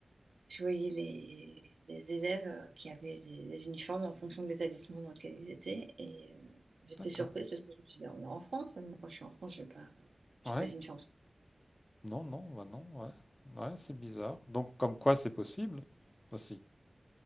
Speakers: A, on the right; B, on the left.
A: Je voyais les, les élèves euh, qui avaient des, des uniformes en fonction de l'établissement dans lequel ils étaient. Et euh, j'étais
B: D'accord.
A: surprise parce que je me suis dit, Ben, on est en France. hein. Moi, quand je suis en France, je n'ai pas, j'ai
B: Ouais.
A: pas d'uniforme.
B: Non, non, bah non, ouais. Ouais, c'est bizarre. Donc, comme quoi c'est possible aussi.